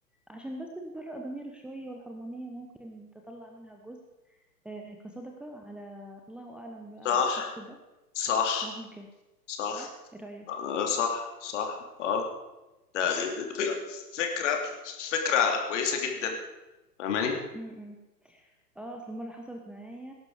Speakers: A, in the centre; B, on the left.
A: عشان بس تبرأ ضميرك شويه والحرمانيه ممكن تطلع منها جزء آه، كصدقه على الله اعلم بقى على
B: صح
A: الشخص ده
B: صح
A: ممكن
B: صح
A: صح ايه رأيك
B: آه صح صح أه ده دي دي- دي فك- فكرة فكرة كويسة جدا فاهماني؟
A: م-م. اه اصل مره حصلت معايا